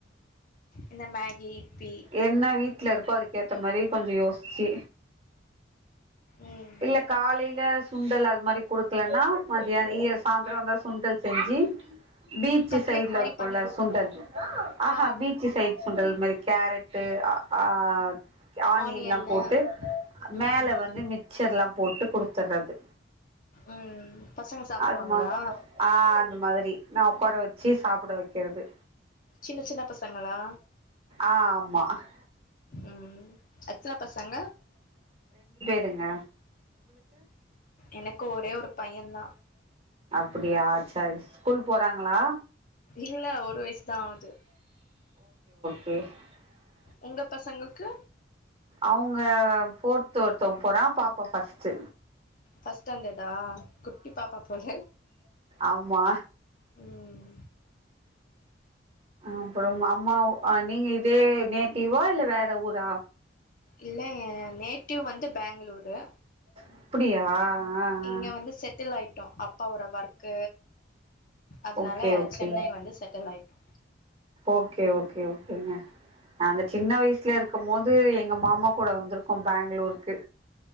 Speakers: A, on the left (about 50°); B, on the right (about 35°).
A: இந்த மேகி யிப்பி
B: என்ன வீட்டுல இருக்கோ அது கேட் இந்த மாரி கொஞ்சோ யோசிச்சு
A: ம்
B: இல்ல காலையில சுண்டல் அது மாதிரி குடுக்கலன்னா மதியான இய சாயந்தரம் வந்தா சுண்டல் செஞ்சு பீச்சு
A: கட்லெட்
B: சைடுல
A: மாரி
B: இருக்குள்ள
A: பண்ணி குடுத்துட்ணு
B: சுண்டல் ஆஹா
A: ஆ
B: பீச்சு சைடு சுண்டல் மாிரி கேரட்டு ஆஹ் ஆனியன்
A: ஆனியன்னு
B: எல்லா போட்டு மேல
A: ம்
B: வந்து மிக்ஸ் றலா எல்லா போட்டு கொடுத்தறது
A: ம் பசங்க சாப்டுவாங்களா
B: அதுமா ஆஹ் அந்த மாதிரி நா உட்கார வச்சு சாப்பிட வைக்கிறது
A: சின்ன சின்ன பசங்களா
B: ஆஹ் ஆமா ஆ
A: உம் அச்சலா பசங்க
B: ங்க
A: எனக்கு ஒரே ஒரு பைய தா
B: அப்டியா சர் ஸ்கூல் போறாங்களா
A: இல்ல ஒரு வயசுதா ஆவுது
B: <unintelligible>
A: உங்க பசங்களுக்கு
B: அவங்க ஃபோர்த்து ஒருத்தவங்க போறா பாப்பா ஃபர்ஸ்ட்
A: பஸ்ட் ஸ்டாண்டர்டா குட்டி பாப்பா போல
B: ஆமா
A: உம்
B: அப்புறம் அம்மா வு ஆ நீங்க இதே நே டிவா இல்ல வேற ஊரா
A: இல்ல என் நேட்டிவ் வந்து பெங்களூரு
B: அப்டியா ஆ ஆ
A: இங்க வந்து செட்டில் ஆய் ட்டோ அப்பவோட ஒர்க் அதனால
B: ஓகே ஓகே
A: சென்னை வந்து செட்டில் ஆயிட்டோ
B: ஓகே ஓகே ஓகேங்க நாங்க அந்த சின்ன வயசுல இருக்கும் போது எங்க மாமா கூட வந்திருக்கோ பேங்களூருக்கு